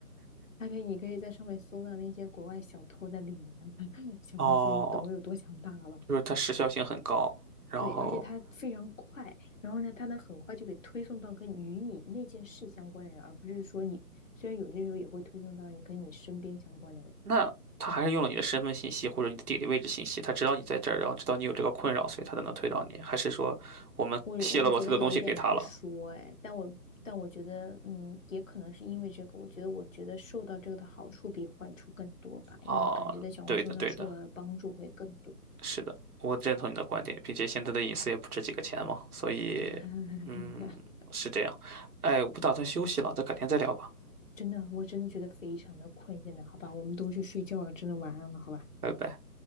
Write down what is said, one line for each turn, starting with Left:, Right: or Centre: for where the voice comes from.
Left: 还可以，你可以在上面搜到那些国外小偷的脸啊，<laughs> 小红书，
Right: 哦，
Left: 你懂我有多强大了吧？
Right: 就是它时效性很高，然后
Left: 对，而且它非常快，然后呢，它能很快就给推送到跟与你那件事相关的人，而不是说你虽然有些时候也会推送到你跟你身边相关的人，
Right: 那他还是用了你的身份信息或者你的地理位置信息，他知道你在这儿，然后知道你有这个困扰，所以他才能推到你，还是说我们泄露了太多东西给他了？
Left: 我我觉得有一点难说哎，但我但我觉得嗯，也可能是因为这个，我觉得我觉得受到这个的好处比坏处更多吧，因为感觉在小红书上受到的帮助会更多。
Right: 啊，对的，对的。是的，我认同你的观点，并且现在的隐私也不值几个钱嘛，所以，
Left: <laughs>
Right: 嗯，是这样。哎，我不打算休息了，咱改天再聊吧，
Left: 真的，我真的觉得非常的困现在，好吧，我们都去睡觉了，真的晚安了，好吧。
Right: 拜拜。